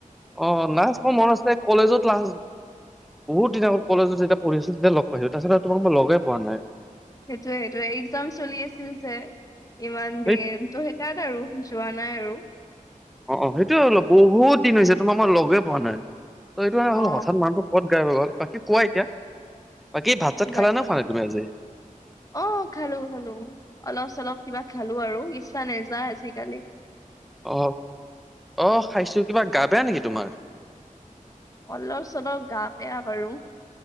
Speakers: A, in the centre; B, on the left.
A: অ নাচ মোৰ মন আছে কলেজত লা বহুত দিনৰ আগত কলেজত যেতিয়াঢ়ি আোতিয়া লগ পাইছো তাৰিছত তোমাক ম লগে পোৱা নাই
B: সেইটোোৱে সেইটোোৱে এক্সাম চলি আছিল যে ইমান
A: সেই
B: দিন তো সেইকাৰাত আৰু যোৱা নাই আৰু
A: অ অ সেইটোয়ে হল বহুত দিন হৈছে তোমাৰ মই লগয় পোৱা নাই ত এইটো কাৰে হ'ল
B: অ
A: হঠাৎ মানুহটো ক'ত গাই ব বাকী কোৱা এতিয়া বাকী ভাত চাত খালা
B: বাকী
A: না ফানে তুমি আজি
B: অ খালো খালো অলপ চলপ কিবা খালো আৰু ছাানজা আজিিকালি
A: অ অ খাইছো কিবা গা বেয়া নেকি তোমাৰ
B: অলপ চলপ গা বেয়া বাৰু